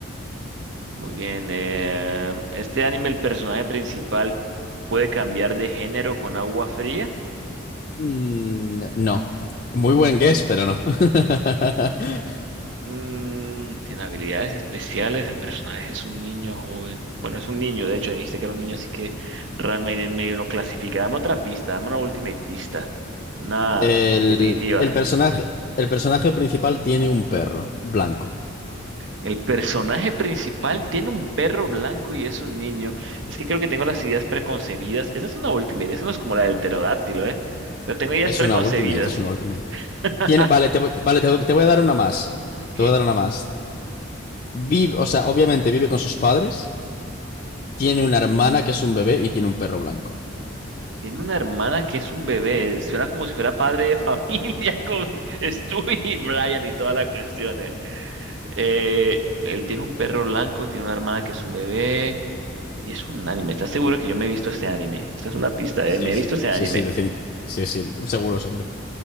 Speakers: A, on the right; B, on the left.
A: Muy bien. eh, este anime, el personaje principal puede cambiar de género con agua fría.
B: Mm, no. Muy buen guess, pero no. <laughs>
A: Mm, sin habilidades especiales, el personaje es un niño joven. Bueno, es un niño, de hecho, dijiste que era un niño, así que Ranma en el medio no clasifica. Dame otra pista, dame una ultimate pista. Una
B: El,
A: definitiva.
B: el personaje, el personaje principal tiene un perro blanco.
A: El personaje principal tiene un perro blanco y es un niño. Es que creo que tengo las ideas preconcebidas. Esa es una ultimate, esa no es como la del pterodáctilo, ¿eh? Pero tengo ideas
B: Es
A: preconcebidas.
B: una ultimate, es una ultimate.
A: <laughs>
B: Tiene, vale, te, voy- vale, te, te voy a dar una más.
A: Ok.
B: Te voy a dar una más. Vive, o sea, obviamente vive con sus padres, tiene una hermana que es un bebé y tiene un perro blanco.
A: Tiene una hermana que es un bebé. eh, Suena como si fuera padre de familia <laughs> con Stu y Brian y toda la cuestión. Eh, Eh, él tiene un perro blanco, tiene una hermana que es un bebé. Y es un anime. ¿Estás seguro que yo me he visto este anime? Esta es una pista,
B: Sí,
A: eh. Me he
B: sí,
A: visto este
B: sí,
A: anime.
B: sí, defini- sí, sí, seguro, seguro.